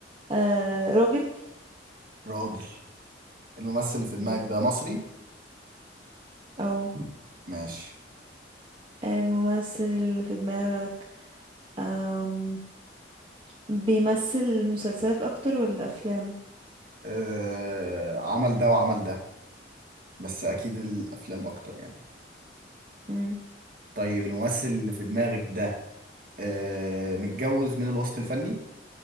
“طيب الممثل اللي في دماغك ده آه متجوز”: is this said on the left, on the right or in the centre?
Right